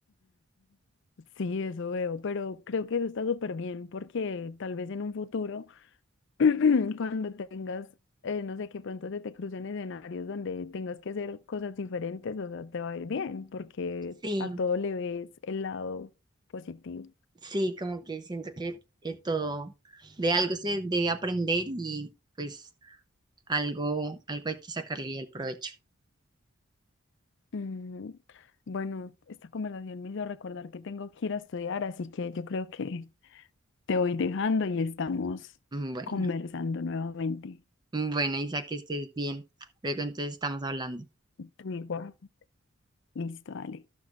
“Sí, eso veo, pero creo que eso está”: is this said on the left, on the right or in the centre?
Left